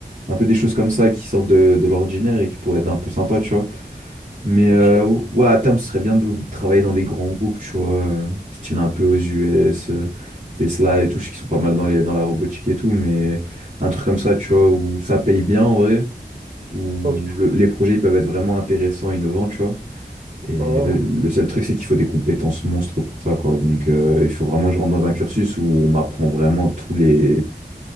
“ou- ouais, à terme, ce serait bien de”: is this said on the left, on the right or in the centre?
Right